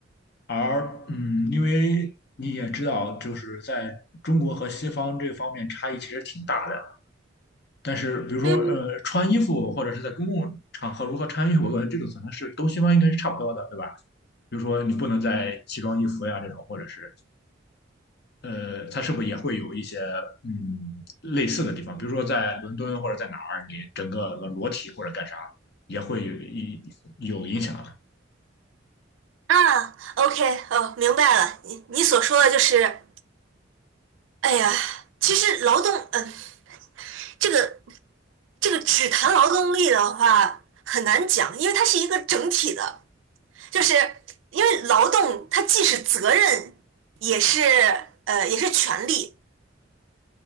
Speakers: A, on the left; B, on the right.
A: 而嗯，因为你也知道，就是在中国和西方这方面差异其实挺大的。但是比如说呃，
B: 嗯
A: 穿衣服或者是在公共场合如何穿衣服，我感觉这个可能是东西方应该是差不多的，对吧？比如说你不能在奇装异服呀这种，或者是呃，它是不是也会有一些嗯类似的地方？比如说在伦敦或者在哪儿，你整个裸体或者干啥，也会有一有影响。
B: 啊，OK，哦，明白了。你你所说的就是哎呀，其实劳动，嗯、这个这个只谈劳动力的话很难讲，因为它是一个整体的，就是因为劳动它既是责任，也是呃也是权利，